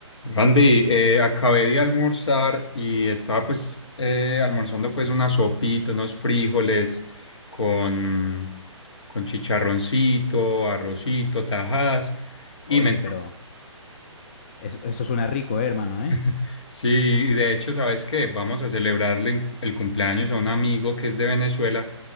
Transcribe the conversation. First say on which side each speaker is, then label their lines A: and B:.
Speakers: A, on the left (about 60°); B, on the left (about 25°).
A: Randy, eh, acabé de almorzar y estaba pues eh, almorzando pues una sopita, unos frijoles con, con chicharroncito, arrocito, tajas y
B: Oye,
A: me entró.
B: pero es- eso suena rico, eh, hermano,
A: <laughs>
B: ¿eh?
A: Sí, de hecho, ¿sabes qué? Vamos a celebrarle en- el cumpleaños a un amigo que es de Venezuela